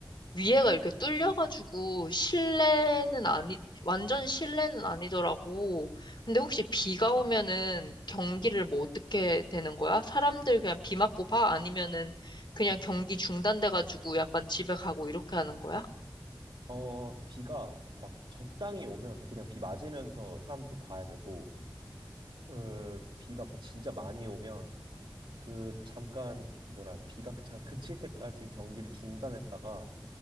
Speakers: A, on the left (about 65°); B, on the right (about 85°).
A: 위에가 이렇게 뚫려가지고 실내는 아니, 완전 실내는 아니더라고. 근데 혹시 비가 오면은 경기를 뭐 어떻게 되는 거야? 사람들 그냥 비 맞고 봐? 아니면은 그냥 경기 중단돼가지고 약간 집에 가고 이렇게 하는 거야?
B: 어, 비가 막 적당히 오면 그냥 비 맞으면서 사람들도 봐야 되고, 그 비가 진짜 많이 오면 그 잠깐 뭐라 비가 잠 그칠 때까지 경기를 중단했다가